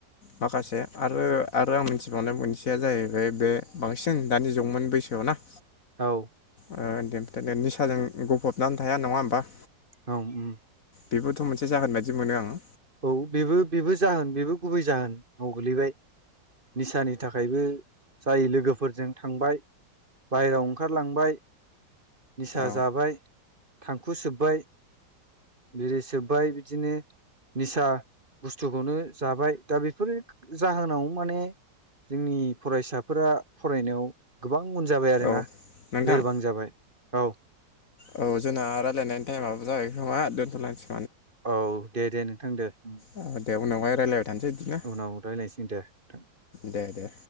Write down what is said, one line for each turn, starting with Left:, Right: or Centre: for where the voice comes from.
Left: माखासे आरो आरो आं मिथिबावनाय मोनसेया जाहैबाय बे बांसिन दानि जंमोन बैसोआव ना
Right: औ
Left: ओ दे बि निसाजों गफबनानै थाया नङा होमबा
Right: औ उम
Left: बेबोथ' मोनसे जागोन बादि मोनो आङो
Right: औ बेबो बेबो जाहोन बेबो गुबै जाहोन औ गोलैबाय निसानि थाखायबो जाय लोगोफोरजों थांबाय बायेरायाव ओंखारलांबाय निसा
Left: औ
Right: जाबाय थांखु सोब्बाय, बिरिसोब्बाय बिदिनो निसा बुस्थुखौनो जाबाय दा बेफोर जाहोनाव माने जोंनि फरायसाफोरा फरायनायाव गोबां बां उन जाबाय आरोना
Left: औ नोंथां
Right: लोरबां जाबाय औ।
Left: औ जोंना रायजलायनायनि टाइमाबो जागाय खोमा दोन्थ'लायसै।
Right: औ दे दे नोंथां दे उम
Left: औ दे उनावहाय रायलायबाय थानोसै बिदिनो
Right: उनाव रायज्लायनोसै दे नोंथां।
Left: दे दे